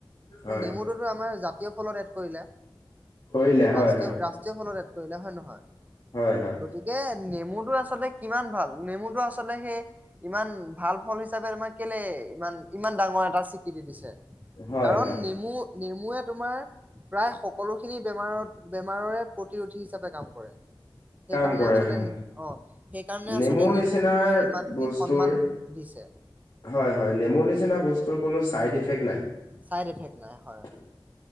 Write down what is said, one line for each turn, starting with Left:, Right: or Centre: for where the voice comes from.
Left: হয়
Right: নেমুটোতো আমাৰ জা জাতীয় ফলত এড কৰিলে।
Left: কৰিলে হয়
Right: ৰাষ্ট্ৰীয়-ৰাষ্ট্ৰীয়
Left: হয়
Right: ফলত এ কৰিলা হয় নহয়?
Left: হয় হয়
Right: গতিকে নেমু আচলতে কিমান ভাল নেমুটো আচলে সেই ইমান ভাল ফল হিচাপে তমাক কেলে, ইমান-ইমান ডাঙৰ এটা স্বীকৃতি দিছে।
Left: হয়
Right: কাৰণ
Left: হয়
Right: নেমু-নেমু মোয়ে তোমাৰ প্ৰায় সকলোখিনি বেমাৰৰ বেমাৰৰে প্ৰতিৰোধী হিচাপে কাম কৰে সেইকাৰণে
Left: কাম কৰে
Right: আচলে
Left: হয়
Right: অ সেইকাৰণে
Left: নেমুৰ
Right: আচলতে নেমুক
Left: নিচিনাৰ
Right: তোমাৰ ইমানখিনি
Left: বস্তৰ
Right: সন্মান দিছে
Left: হয় হয় নেমু নিচিনা বস্তুৰ কোনো চাইড ইফেক্ট নাই
Right: চাইড এফেক্ট হয়